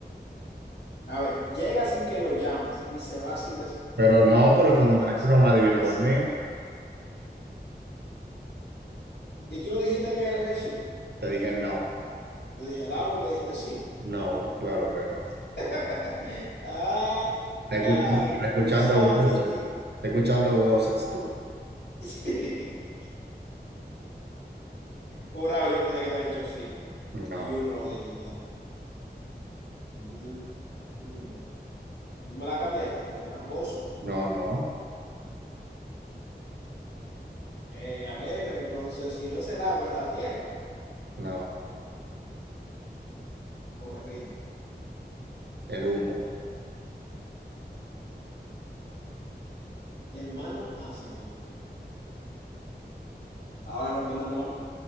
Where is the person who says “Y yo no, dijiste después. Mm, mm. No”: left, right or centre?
Left